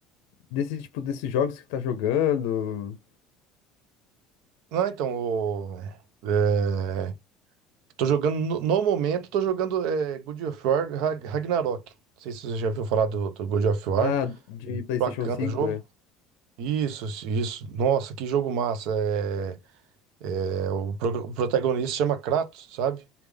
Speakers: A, on the left; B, on the right.
A: desse tipo, desses jogos que você tá jogando.
B: Ah, então, o, é, Tô jogando, no, no momento, tô jogando é, God of War Ra- Ragnarok. Não sei se você já ouviu falar do, do God of War.
A: Ah, de PlayStation
B: Bacana
A: cinco,
B: o jogo.
A: né?
B: Isso, isso. Nossa, que jogo massa. É, é, o, pro- o protagonista chama Kratos, sabe?